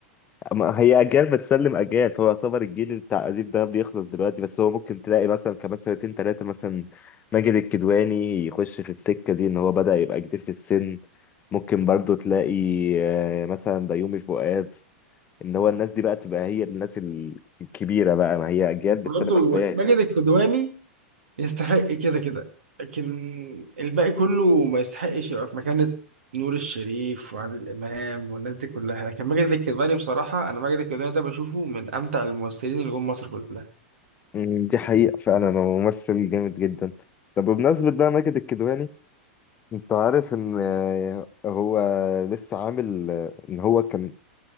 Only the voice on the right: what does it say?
برضه
ماجد
الكدواني يستحق كده كده لكن الباقي كله ما يستحقش يبقى في مكانة نور الشريف وعادل إمام والناس دي كلها لكن ماجد الكدواني بصراحة أنا ماجد الكدواني ده بشوفه من أمتع الممثلين اللي جم مصر كلها